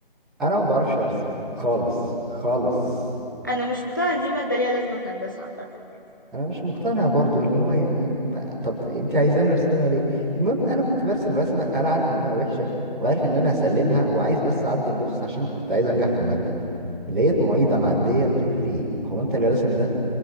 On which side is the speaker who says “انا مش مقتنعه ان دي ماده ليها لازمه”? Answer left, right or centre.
Left